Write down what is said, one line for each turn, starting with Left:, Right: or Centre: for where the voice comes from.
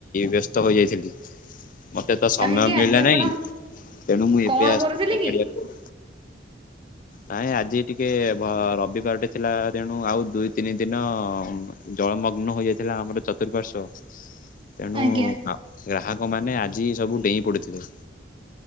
Left: ବ୍ୟସ୍ତ ହୋଇଯାଇଥିଲି ଟି। ମୋତେ ତ ସମୟ
Right: କାହିଁକି
Left: ମିଳିଲା
Right: ଆଜି ଆପଣ
Left: ନାହିଁ। ତେଣୁ ମୁଁ ଏବେ
Right: କଣ
Left: ଆସିଛି
Right: କରୁଥିଲେ
Left: ମୋ
Right: କି?
Left: ଗାଡିଆକୁ। ନାଇଁ ଆଜି ଟିକେ ଭ-ରବିବାର ଟେ ଥିଲା ତେଣୁ ଆଉ ଦୁଇ ତିନି ଦିନ ଜଳମଗ୍ନ ହୋଇଯାଇଥିଲା ଆମର ଚତୁଃପାର୍ଶ୍ଵ। ତେଣୁ
Right: ଆଜ୍ଞା।
Left: ଆ, ଗ୍ରାହକ ମାନେ ଆଜି ସବୁ ଡେଇଁ ପଡିଥିଲେ।